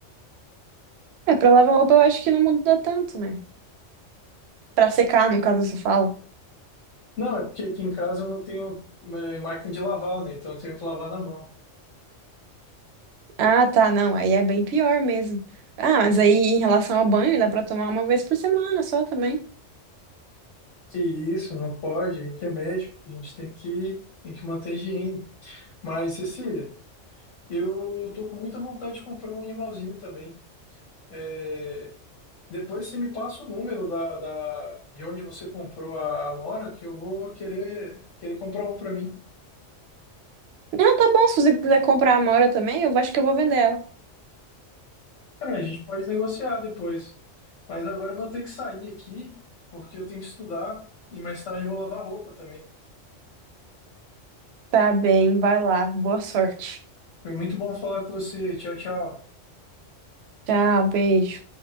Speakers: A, on the right; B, on the left.
A: É, pra lavar roupa eu acho que não muda tanto, né? Pra secar, no caso, você fala.
B: Não, é porque aqui em casa eu não tenho é, máquina de lavar, né? Então eu tenho que lavar na mão.
A: Ah, tá, não. Aí é bem pior mesmo. Ah, mas aí em relação ao banho, dá pra tomar uma vez por semana só também.
B: Que isso, não pode, a gente é médico, a gente tem que, tem que manter a higiene. Mas, Cecília, eu tô com muita vontade de comprar um animalzinho também. É, depois você me passa o número da, da, de onde você comprou a Amora, que eu vou querer, querer comprar um para mim.
A: Não, tá bom. Se você quiser comprar a Amora também, eu acho que eu vou vender ela.
B: Cara, a gente pode negociar depois. Mas agora eu vou ter que sair aqui, porque eu tenho que estudar e mais tarde eu vou lavar roupa também.
A: Tá bem, vai lá. Boa sorte.
B: Foi muito bom falar com você. Tchau, tchau.
A: Tchau, beijo.